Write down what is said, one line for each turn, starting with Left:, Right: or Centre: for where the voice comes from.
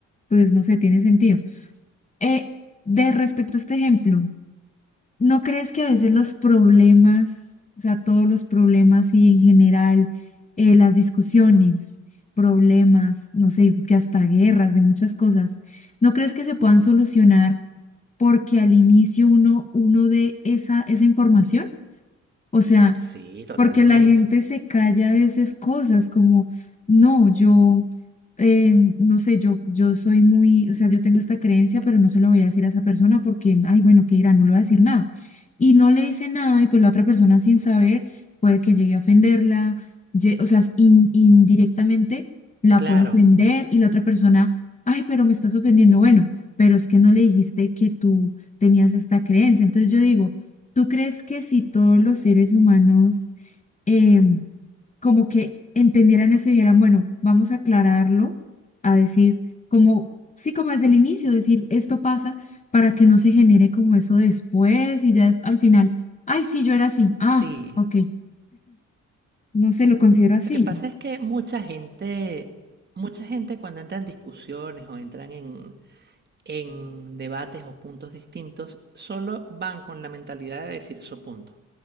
Left: pues no sé, tiene sentido. Eh, de respecto a este ejemplo. ¿No crees que a veces los problemas, o sea, todos los problemas y en general eh, las discusiones, problemas, no sé, que hasta guerras de muchas cosas, ¿no crees que se puedan solucionar porque al inicio uno, uno dé esa, esa información? O sea,
Right: Sí, totalmente.
Left: porque la gente se calla a veces cosas como, no, yo, eh, no sé, yo, yo soy muy, o sea, yo tengo esta creencia, pero no se lo voy a decir a esa persona porque, ay, bueno, ¿qué dirá? No le voy a decir nada. Y no le dice nada y pues la otra persona sin saber puede que llegue a ofenderla, lle- o sea, in- indirectamente la
Right: Claro,
Left: puede ofender y la otra persona, ay, pero me estás ofendiendo, bueno, pero es que no le dijiste que tú tenías esta creencia. Entonces yo digo, ¿tú crees que si todos los seres humanos eh, como que entendieran eso y dijeran, bueno, vamos a aclararlo, a decir, como, sí, como desde el inicio, decir, esto pasa para que no se genere como eso después y ya es, al final, ay, sí, yo era así, ah,
Right: sí.
Left: ok, no se lo considero así,
Right: Lo que pasa es que mucha gente, mucha gente cuando entra en discusiones o entran en, en debates o puntos distintos, solo van con la mentalidad de decir su punto.